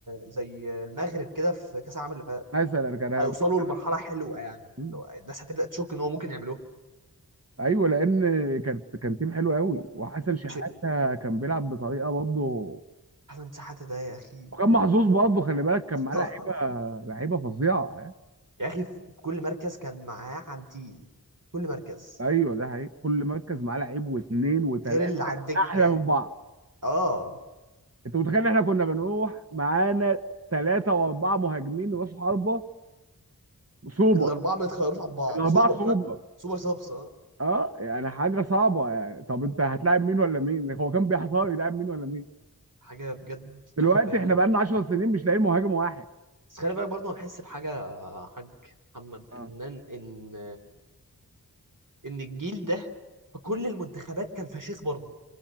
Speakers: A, on the right (about 60°); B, on the right (about 40°).
A: زي المغرب كده في كأس العالم اللي فات
B: مثلا كان هيعملوا
A: هيوصلوا لمرحلة
B: آه.
A: حلوة يعني
B: مم.
A: لو الناس هتبدأ تشك ان هو ممكن يعملوه
B: ايوه لان كان كان تيم حلو قوي وحسن شحاته
A: مش
B: كان بيلعب بطريقه برضه
A: حسن شحاتة ده يا اخي
B: وكان محظوظ برضه خلي بالك كان معاه
A: <laughs>
B: لعيبه لعيبه فظيعه يعني.
A: يا اخي في كل مركز كان معاه عنتيل كل مركز
B: ايوه ده حقيقي كل مركز معاه لعيب واثنين وثلاثه
A: غير اللي على الدكة
B: احلى من بعض
A: اه
B: انت متخيل ان احنا كنا بنروح معانا ثلاثه واربعه مهاجمين راس حربه سوبر
A: الأربعة ما يتخيروش عن بعض
B: الاربعه
A: سوبر
B: سوبر
A: فاهم سوبر سابس اه
B: اه يعني حاجه صعبه يعني طب انت هتلاعب مين ولا مين هو كان بيحتار يلاعب مين ولا مين
A: حاجة بجد تحفة
B: دلوقتي
A: يعني.
B: احنا بقالنا 10 سنين مش لاقيين مهاجم واحد
A: بس خلي بالك برضه انا بحس بحاجه يا حاج محمد
B: اه
A: ان ان ان إن الجيل ده في كل المنتخبات كان فشيخ برضه